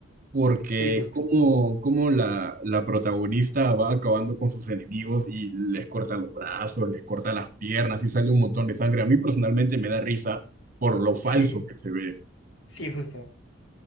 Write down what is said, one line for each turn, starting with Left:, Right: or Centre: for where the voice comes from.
Right: porque
Left: Sí, justo.
Right: como, como la, la protagonista va acabando con sus enemigos y les corta los brazos, les corta las piernas y sale un montón de sangre. A mí personalmente me da risa por lo falso
Left: Sí,
Right: que se ve.
Left: sí, justo.